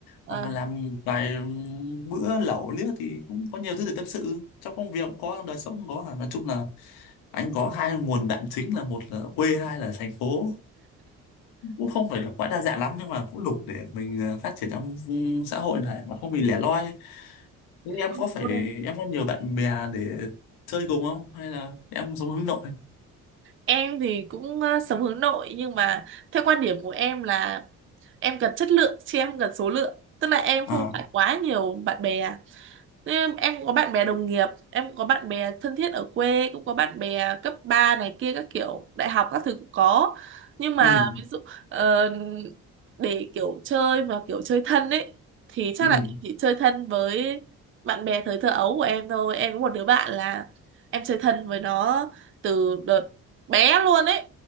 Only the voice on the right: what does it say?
Ờ,
không
bị
cô đơn.
em thì cũng ờ, sống hướng nội nhưng mà theo quan điểm của em là em cần chất lượng chứ em không cần số lượng tức là em
không phải quá nhiều bạn bè Em, em có bạn bè đồng nghiệp, em cũng có bạn bè thân thiết ở quê, cũng có bạn bè cấp 3 này kia các kiểu, đại học các thứ cũng có. Nhưng mà
ví dụ ờ, để kiểu chơi mà kiểu chơi thân ấy thì chắc
là em chỉ chơi thân với bạn bè thời thơ ấu của em thôi. Em có một đứa bạn là em chơi thân với nó từ đợt bé luôn ấy.